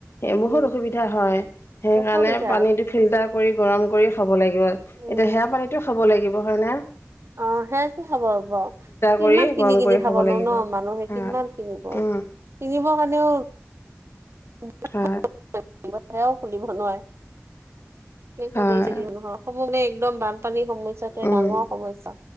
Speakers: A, on the left (about 50°); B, on the right (about 55°).
A: এ বহুত
B: উম
A: অসুবিধা হয় সেইকাৰণেই
B: অসুবিধা
A: পানীতো ফিল্টাৰ কৰি গৰম কৰি খাব লাগিব,
B: উম
A: এতিয়া সেয়া পানীটো খাব লাগিব হয় নে।
B: অঁ', শেষ হব ক' কিমান খাব, কিমান
A: কৰি
B: কিনি-কিনি
A: গৰম কৰি
B: খাব
A: লাগিব
B: ন' মানুহে
A: হয়
B: কিমান কিনিব।
A: উম
B: কিনিবৰ কাৰণেও- অঁ।
A: অ।
B: সেয়াও খুলিব নোৱাৰে কি
A: হয়
B: ক পছে দ নহক। হবগে একদম বানপানীৰ সমস্যটো
A: উম
B: ডাঙৰ সমস্যা।